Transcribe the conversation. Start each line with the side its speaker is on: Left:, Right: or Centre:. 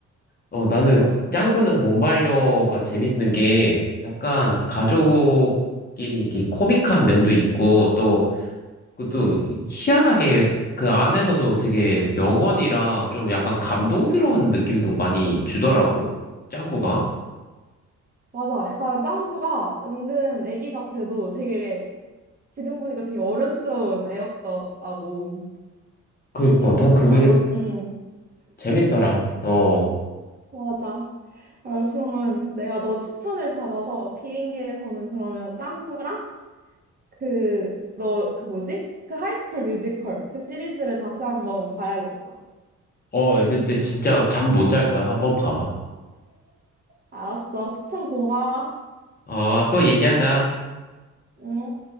Left: 어, 나는
Right: 어,
Left: 짱구는 몸발려가 재밌는 게 약간 가족끼리 이렇게 코믹한 면도 있고 또, 그것도 희한하게 그 안에서도 되게 명언이랑 좀 약간 감동스러운 느낌도 많이 주더라고. 짱구가.
Right: 맞아. 약간 짱구가 은근 애기 같아도 되게, 지금 보니까 되게 어른스러운 애였더라고.
Left: 그니까,
Right: 참,
Left: 난 그게
Right: 나도, 응,
Left: 재밌더라. 어.
Right: 맞아. 어, 그러면 내가 너 추천을 받아서 비행기에서는 그러면 짱구랑 그, 너, 그 뭐지? 그 하이스쿨 뮤지컬. 그 시리즈를 다시 한번 봐야겠어.
Left: 어, 근데 진짜
Right: 응.
Left: 잠 못 잘 거야. 한번 봐봐.
Right: 알았어. 추천 고마워.
Left: 어, 또 얘기하자.
Right: 음.